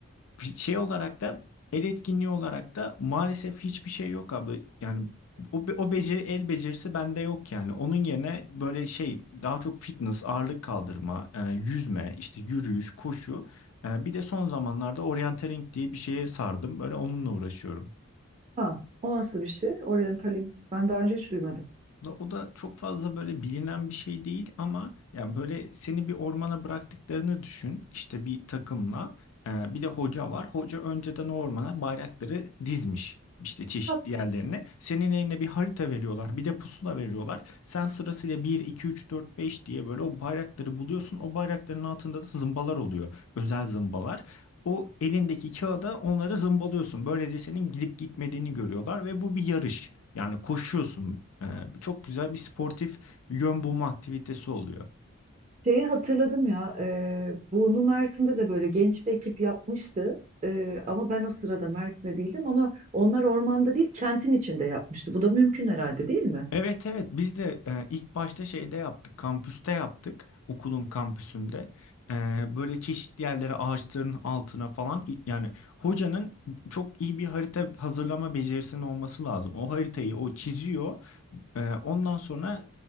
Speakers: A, on the left; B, on the right.
A: şey olarak da el etkinliği olarak da maalesef hiçbir şey yok abi. Yani o, be- o beceri el becerisi bende yok yani. Onun yerine böyle şey daha çok fitness, ağırlık kaldırma, e, yüzme, işte yürüyüş, koşu. E, bir de son zamanlarda orienteering diye bir şeye sardım. Böyle onunla uğraşıyorum.
B: Ha, o nasıl bir şey? Oryantalin. Ben daha önce hiç duymadım.
A: Da- O da çok fazla böyle bilinen bir şey değil ama yani böyle seni bir ormana bıraktıklarını düşün işte bir takımla Ee, bir de hoca var. Hoca önceden o ormana bayrakları dizmiş işte çeşitli
B: Ha,
A: yerlerine. Senin eline bir harita veriyorlar bir de pusula veriyorlar. Sen sırasıyla bir, 2, 3, 4, 5 diye böyle o bayrakları buluyorsun. O bayrakların altında da zımbalar oluyor özel zımbalar o elindeki kağıda onları zımbalıyorsun. Böylece senin gidip gitmediğini görüyorlar ve bu bir yarış. Yani koşuyorsun. Ee, çok güzel bir sportif yön bulma aktivitesi oluyor.
B: Şeyi hatırladım ya. E, bunu Mersin'de de böyle genç bir ekip yapmıştı. E, ama ben o sırada Mersin'de değildim ama onlar ormanda değil kentin içinde yapmıştı. Bu da mümkün herhalde değil mi?
A: Evet evet biz de e, ilk başta şeyde yaptık kampüste yaptık okulun kampüsünde E, böyle çeşitli yerlere ağaçların altına falan i- yani hocanın çok iyi bir harita hazırlama becerisinin olması lazım o haritayı o çiziyor E, ondan sonra